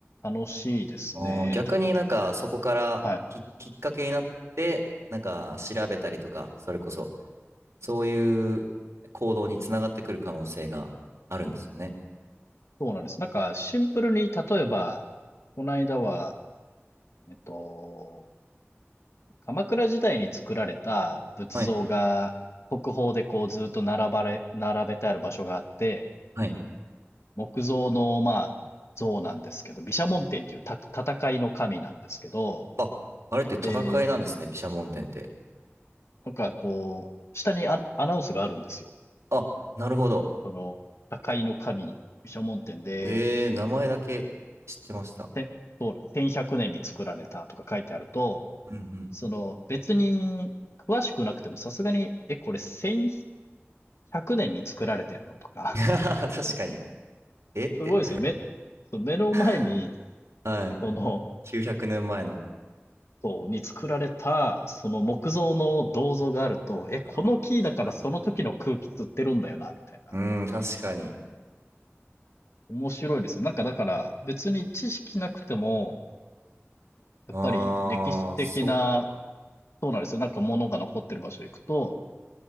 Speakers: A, on the left; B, on the right.
A: 楽しいですね。
B: あー逆になんかそこからき、
A: だ、はい。
B: きっかけになって、なんか調べたりとか、それこそ。そういう行動につながってくる可能性があるんですよね。
A: そうなんです。なんかシンプルに、例えば、この間は、えっと、鎌倉時代に作られた仏像が国宝でこうずっと並ばれ、
B: はい。
A: 並べてある場所があって、
B: はい。
A: 木造の、まあ、像なんですけど、毘沙門天っていうた戦いの神なんですけど、
B: あ、あれって戦いなんですね、
A: で、
B: 毘沙門天って。
A: なんかこう、下にア、アナウンスがあるんですよ。
B: あ、なるほど。
A: その、破壊の神、諸門店で、
B: えー、名前だけ知ってました。
A: せそうだ、1100年に作られたとか書いてあると、
B: うん
A: その、別に詳しくなくてもさすがに、え、これ1100年に作られてんのとか、
B: うん。<laughs> 確かに。えって。
A: <laughs> すごいですよ。目、そう目の前に、
B: <laughs> はい。
A: その、
B: 900年前の。
A: そう、に作られた、その木造の銅像があると、え、
B: あー確かに。
A: この木だからその時の空気吸ってるんだよな、みたいな。
B: うん、確かに。
A: 面白いですよ。なんかだから、別に知識なくても、やっぱり歴史的な
B: あー、そっか。
A: そうなんですよ。なんか物が残ってる場所行くと、